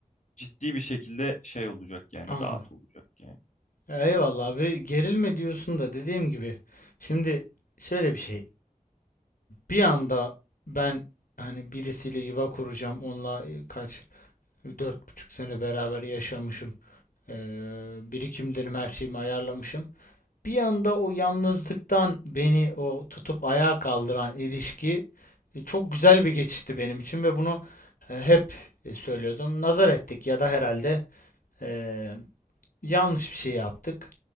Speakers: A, on the left (about 55°); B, on the left (about 75°).
A: ciddi bir şekilde şey olacak yani
B: anladım.
A: rahat olacak yani.
B: Eyvallah abi gerilme diyorsun da dediğim gibi şimdi şöyle bir şey bir anda ben hani birisiyle yuva kuracağım onunla e, kaç dört buçuk sene beraber yaşamışım Ee, birikimlerimi her şeyimi ayarlamışım bir anda o yalnızlıktan beni o tutup ayağa kaldıran ilişki e, çok güzel bir geçişti benim için ve bunu e, hep e, söylüyordum. Nazar ettik ya da herhalde e, yanlış bir şey yaptık